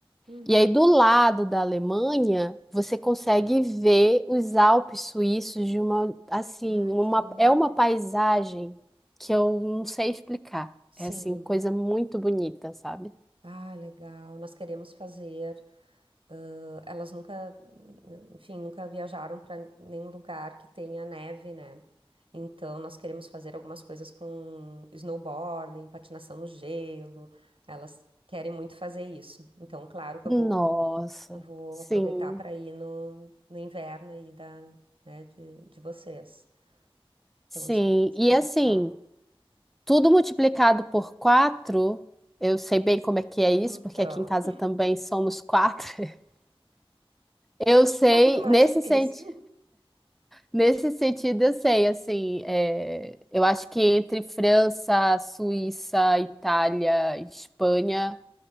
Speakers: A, on the right; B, in the centre.
A: Uhum.
B: E aí, do lado da Alemanha, você consegue ver os Alpes suíços de uma, assim,
A: Ah,
B: uma,
A: que lindo.
B: é uma paisagem que eu não sei explicar.
A: Sim.
B: É, assim, coisa muito bonita, sabe?
A: Ah, legal. Nós queremos fazer. ãh, elas nunca, hum, enfim, nunca viajaram para nenhum lugar que tenha neve, né? Então, nós queremos fazer algumas coisas com snowboarding, patinação no gelo. Elas querem muito fazer isso. Então, claro que
B: Nossa,
A: eu vou, eu vou
B: sim,
A: aproveitar para ir no, no inverno aí da, né, de, de vocês. Então,
B: sim.
A: isso é uma coisa
B: E
A: que a
B: assim,
A: gente tá.
B: Tudo multiplicado por quatro, eu sei bem como é que é isso,
A: Então,
B: porque aqui em casa
A: <laughs>
B: também somos quatro. <laughs> Eu sei,
A: fica tudo mais
B: nesse
A: difícil.
B: sentido, nesse sentido eu sei, assim, é, eu acho que entre França, Suíça, Itália, Espanha,